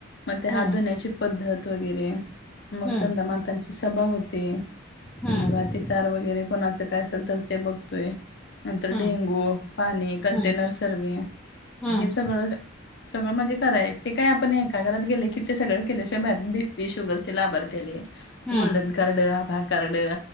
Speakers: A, on the left; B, in the centre.
A: मग ते हात
B: हम्म
A: धण्याची पद्धत वगैरे मग
B: हम्म
A: संंदमातांची सभा होते
B: हम्म
A: मग आ ार वगैरे कोणाच काय असेल तर ते बघतोय नंतर
B: हम्म
A: डेंगू के
B: हम्म हं,
A: स सगळं म्हणजे कर आहे ते काय आपण एका घरात गेले की ते सगळे केले शोभ्यात बीपी शुगर चे लाभारथले.
B: हं,
A: गोल्डन कार्ड आधार कार्ड